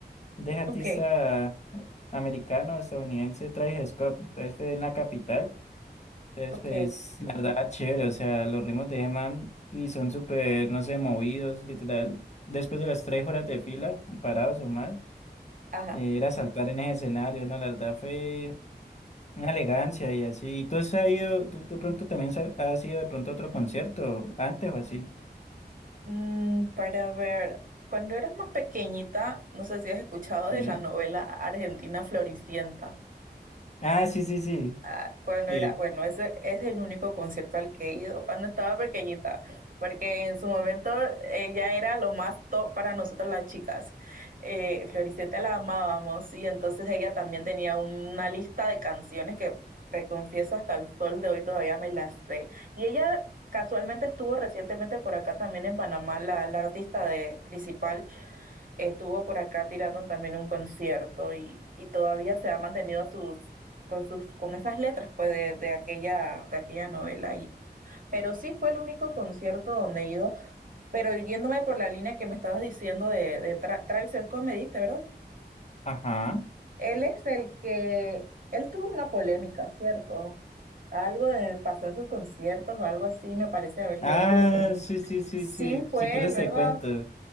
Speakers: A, on the left; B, on the right.
A: de artista
B: Ok,
A: americano, estadounidense, Travis Scott. Entonces fue en la capital. Entonces,
B: ok,
A: pues, la verdad, chévere. O sea, los ritmos de G-Man y son súper, no sé, movidos, literal. Después de las tres horas de fila y parados o más,
B: ajá.
A: eh, ir a saltar en ese escenario, ¿no? La verdad fue una elegancia y así. ¿Y tú has ido, tú de pronto también sa- has ido de pronto a otro concierto antes o así?
B: Mm, para ver, cuando eras más pequeñita, no sé si has escuchado
A: Sí.
B: de la novela Argentina Floricienta.
A: Ah, sí, sí, sí.
B: Ah, cuando
A: Sí.
B: era, bueno, ese es el único concierto al que he ido cuando estaba pequeñita, porque en su momento ella era lo más top para nosotras las chicas. Eh, Floricienta la amábamos y entonces ella también tenía una lista de canciones que te confieso hasta el sol de hoy todavía me las sé. Y ella casualmente estuvo recientemente por acá también en Panamá, la, la artista de, principal estuvo por acá tirando también un concierto y, y todavía se ha mantenido a sus, con sus, con esas letras pues de, de aquella, de aquella novela y, pero sí fue el único concierto donde he ido, pero yéndome por la línea que me estabas diciendo de, de Tra- Travis Scott, me diste, ¿verdad?
A: Ajá.
B: Él es el que, él tuvo una polémica, ¿cierto? Algo de- pasó en sus conciertos o algo así, me parece haber
A: Ah,
B: leído como,
A: sí, sí, sí,
B: sí
A: sí.
B: fue
A: Si quieres
B: él, ¿verdad?
A: te cuento.